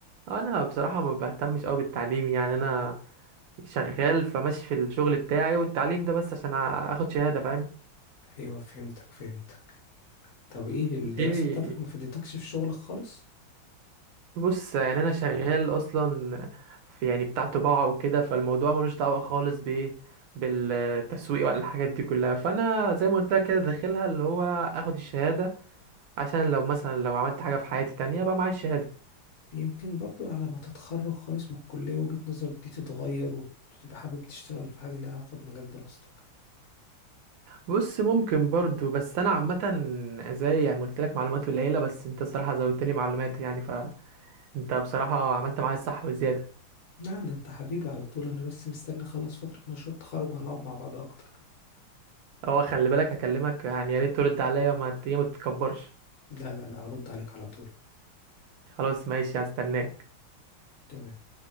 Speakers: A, on the right (about 75°); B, on the left (about 55°).
A: انا بصراحه ما بهتمش قوي بالتعليم يعني انا شغال فماشي في الشغل بتاعي والتعليم ده بس عشان اخد شهاده فاهم
B: ايوه فهمتك فهمتك طب ايه الدراسة
A: غيري
B: بتاعتك ما فادتكش في شغلك خالص
A: بص يعني انا شغال اصلا في يعني بتاع طباعه وكده فالموضوع ملوش دعوه خالص بايه بالتسويق ولا الحاجات دي كلها فانا زي ما قلت لك كده داخلها اللي هو اخد الشهاده عشان لو مثلا لو عملت حاجه في حياتي تانية بقى معايا الشهاده
B: يمكن برضو على ما تتخرج خالص من الكلية وجهة نظرك دي تتغير وتبقى حابب تشتغل في حاجة ليها علاقة بمجال دراستك
A: بص ممكن برضو بس انا عامه زي يعني ما قلت لك معلومات قليله بس انت الصراحه زودت لي معلومات يعني فانت بصراحه عملت معايا الصح وزياده
B: لا ده انت حبيبي على طول انا بس مستني اخلص فترة مشروع التخرج وهنقعد مع بعض اكتر
A: اه خلي بالك هكلمك يعني يا ريت ترد عليا وما ت- إيه، ما تتكبرش
B: لا لا لا هرد عليك على طول
A: خلاص ماشي هستناك
B: تمام